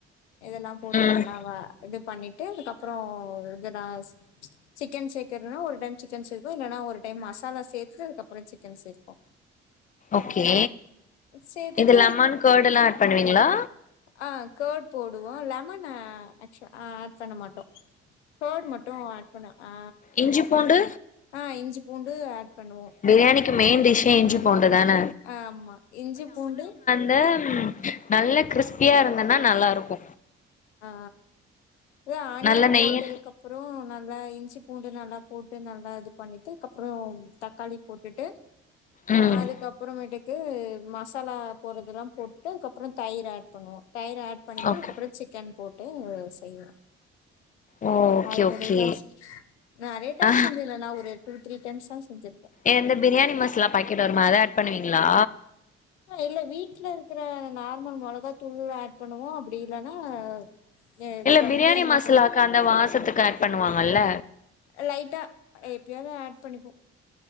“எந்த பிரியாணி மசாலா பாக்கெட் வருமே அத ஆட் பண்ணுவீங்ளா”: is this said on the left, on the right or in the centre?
Left